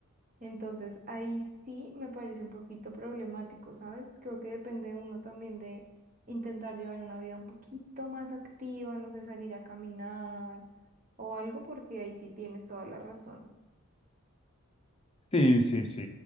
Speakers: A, on the right (about 35°); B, on the left (about 25°).
A: Entonces, ahí sí me parece un poquito problemático, ¿sabes? Creo que depende uno también de intentar llevar una vida un poquito más activa, no sé, salir a caminar o algo, porque ahí sí tienes toda la razón.
B: Sí, sí, sí.